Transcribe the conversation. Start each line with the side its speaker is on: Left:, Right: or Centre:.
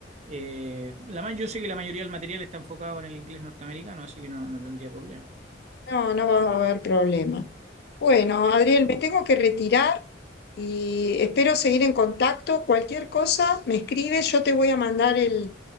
Right: Eh, la ma- yo sé que la mayoría del material está enfocado en el inglés norteamericano, así que no, no tendría problema.
Left: no, no va a haber problema.
Right: Claro.
Left: Bueno, Adriel, me tengo que retirar y espero seguir en contacto. Cualquier cosa, me escribes, yo te voy a mandar el,